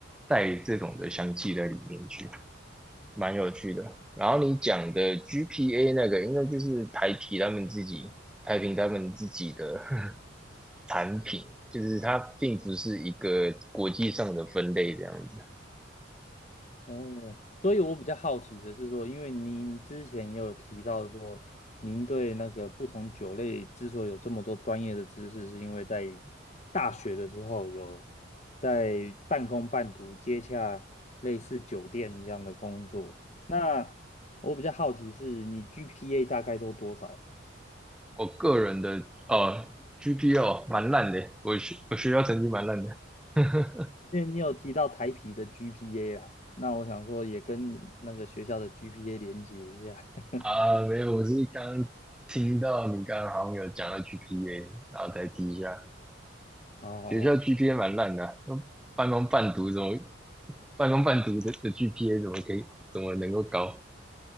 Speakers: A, in the centre; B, on the left.
A: 带这种的香气在里面去。蛮有趣的。然后你讲的 GPA 那个，应该就是台啤他们自己台啤他们自己的 <laughs> 产品，就是它并不是一个国际上的分类这样子。
B: 哦，所以我比较好奇的是说，因为您之前也有提到说，您对那个不同酒类之所以有这么多专业的知识，是因为在大学的时候有在半工半读接洽类似酒店这样的工作。那我比较好奇是你 GPA 大概都多少？
A: 我个人的哦 GPA 哦蛮烂的，我学我学校成绩蛮烂的。<laughs>
B: 因为你有提到台啤的 GPA 啊，那我想说也跟你那个学校的 GPA 连接一下。<laughs>
A: 啊，没有，我是刚听到你刚刚好像有讲到 GPA，然后再提一下。
B: 哦，
A: 学校 GPA 蛮烂的啊那半工半读怎么半工半读的的 GPA 怎么可以怎么能够高？